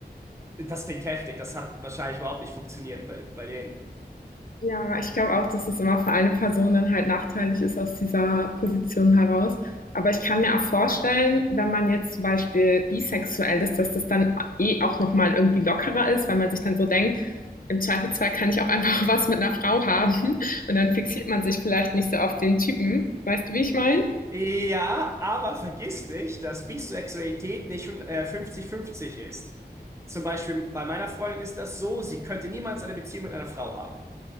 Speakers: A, on the right; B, on the left.
A: das klingt heftig, das hat wahrscheinlich überhaupt nicht funktioniert bei, bei denen.
B: Ja, ich glaube auch, dass es immer für eine Person dann halt nachteilig ist aus dieser Position heraus. Aber ich kann mir auch vorstellen, wenn man jetzt zum Beispiel bisexuell ist, dass das dann eh auch nochmal irgendwie lockerer ist, weil man sich dann so denkt, im Zweifelsfall kann ich auch einfach <laughs> was mit einer Frau haben und dann fixiert man sich vielleicht nicht so auf den Typen. Weißt du, wie ich meine?
A: Ja, aber vergiss nicht, dass Bisexualität nicht äh, 50-50 ist. Zum Beispiel bei meiner Freundin ist das so, sie könnte niemals eine Beziehung mit einer Frau haben.